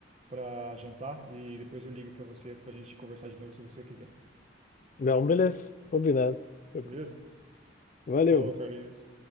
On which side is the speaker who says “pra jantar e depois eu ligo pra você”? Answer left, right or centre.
Right